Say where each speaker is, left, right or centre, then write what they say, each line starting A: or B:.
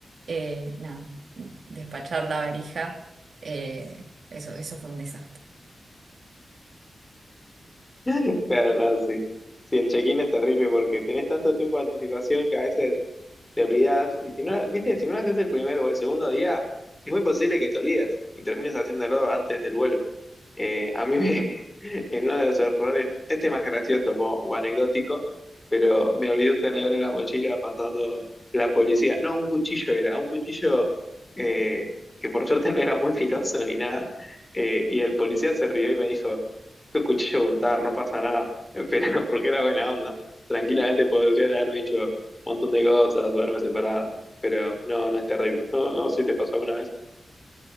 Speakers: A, on the right; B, on the left.
A: eh, nada, despachar la valija. eh, eso, eso fue un desastre.
B: <laughs> Claro, no, sí. Sí, el check-in es terrible porque tenés tanto tiempo de anticipación que a veces te olvidas. Y si no, la- viste, si no lo haces el primer o el segundo día, es muy posible que te olvides y termines haciéndolo antes del vuelo. Eh, a mí me, <laughs> en uno de los errores, este es más gracioso o, o anecdótico, pero me olvidé un tenedor en la mochila pasando la policía. No, un cuchillo era, un cuchillo eh, que por suerte no era muy filoso ni nada. Eh, y el policía se rió y me dijo, es un cuchillo untar, no pasa nada, <laughs> pero porque era buena onda. Tranquilamente podría haberme dicho un montón de cosas, duerme separado, pero no, no es terrible. No, no sé si te pasó alguna vez.